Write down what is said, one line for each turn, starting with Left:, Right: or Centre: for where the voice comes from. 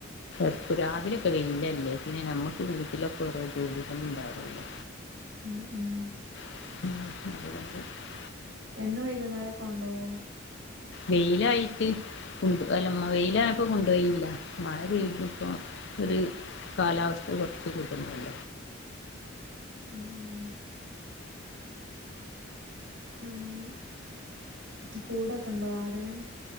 Left: പ്പ രാവിലൊക്കെ വെയില്ലല്ലേ പിന്നെ നമ്മക്ക് വീട്ടിലൊക്കെരോ ജോലിണ്ടാവൂല്ലോ
Right: ഉംഹ് ഉംഹ്
Left: <unintelligible>
Right: എന്ന് വൈക്ന്നേരം കൊണ്ടോവോ
Left: വെയ്ലായിട്ട് കൊണ്ട് അല്ലമ്മ വെയിലായപ്പോ കൊണ്ടോയില്ല മഴ പെയ്തിപ്പോ ഒരു കാലാവസ്ഥ കൊറച്ച് കിട്ടുന്നു <inaudible>
Right: ഉംഹ് ഹംഹ് ങ്ങ് കൂടക്കെണ്ടോ ആടിന്